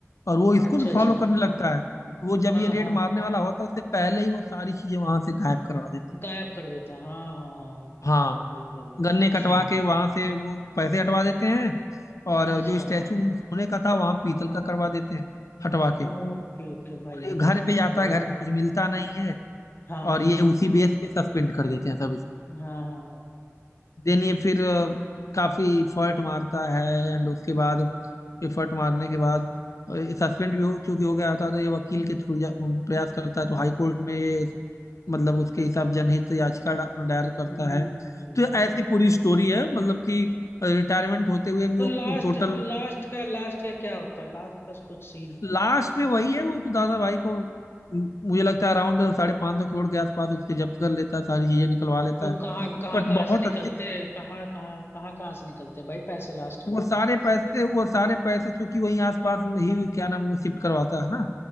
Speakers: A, on the left; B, on the left.
A: और वो इसको
B: अच्छा
A: भी
B: अच्छा
A: फॉलो करने लगता है वो जब
B: हाँ
A: ये रेड
B: हाँ
A: मारने वाला होता है उससे पहले ही वो सारी चीजें वहां से गायब करवा देता है
B: गायब कर देता है हाँ हाँ हाँ हाँ,
A: हाँ
B: जी, बिल्कुल
A: गन्ने
B: अच्छा
A: कटवा के वहां से वो पैसे हटवा देते हैं और
B: अच्छा
A: जो स्टैचू
B: हाँ
A: सोने का था वहां पीतल का करवा देते हैं हटवा के
B: ओके ओके भाई
A: और
B: ये
A: ये घर
B: तो
A: पे जाता
B: बड़ा
A: है घर पे कुछ मिलता नहीं है
B: हाँ
A: और
B: हाँ
A: ये उसी बेस पे सस्पेंड कर देते हैं सब इसको
B: हाँ हाँ हाँ,
A: देन ये फिर अ, काफी एफर्ट मारता है एंड उसके बाद एफर्ट मारने के बाद सस्पेंड भी हो चूंकि हो गया था तो ये वकील के थ्रू प्रयास करता है तो हाई कोर्ट में ये मतलब उसके हिसाब जनहित याचिका डा- दायर करता
B: हम्म,
A: है
B: हम्म।
A: तो ये ऐसी पूरी स्टोरी है मतलब कि रिटायरमेंट होते हुए भी
B: तो
A: वो
B: लास्ट
A: टोटल
B: लास्ट का लास्ट का क्या होता है? लास्ट का कुछ सीन
A: लास्ट में वही है वो तो दादा भाई को म, मुझे लगता है अराउंड साढ़े पाँच सौ करोड़ के आसपास उसके जब्त कर लेता है सारी चीजें निकलवा लेता
B: तो
A: है
B: कहाँ कहाँ
A: बट
B: कहाँ
A: बहुत
B: से निकलते
A: अच्छे तरीके
B: हैं कहाँ कहाँ कहाँ कहाँ से निकलते हैं भाई पैसे लास्ट में
A: वो सारे पैसे वो सारे पैसे चूंकि वहीं आसपास में ही क्या नाम वो शिफ्ट करवाता है ना